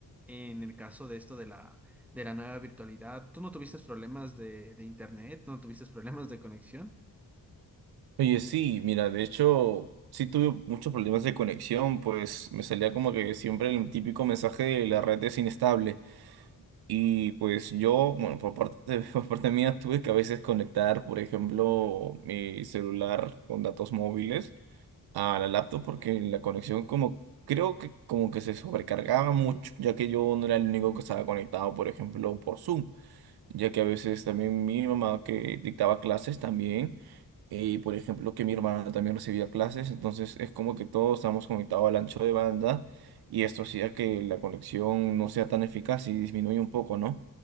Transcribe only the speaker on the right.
Oye, sí, mira, de hecho, sí tuve muchos problemas de conexión, pues me salía como que siempre el típico mensaje de la red es inestable. Y pues yo, bueno, por parte, <laughs> por parte mía, tuve que a veces conectar, por ejemplo, mi celular con datos móviles a la laptop porque la conexión como, creo que como que se sobrecargaba mucho, ya que yo no era el único que estaba conectado, por ejemplo, por Zoom ya que a veces también mi mamá que dictaba clases también, y por ejemplo que mi hermana también recibía clases, entonces es como que todos estamos conectados al ancho de banda y esto hacía que la conexión no sea tan eficaz y disminuye un poco, ¿no?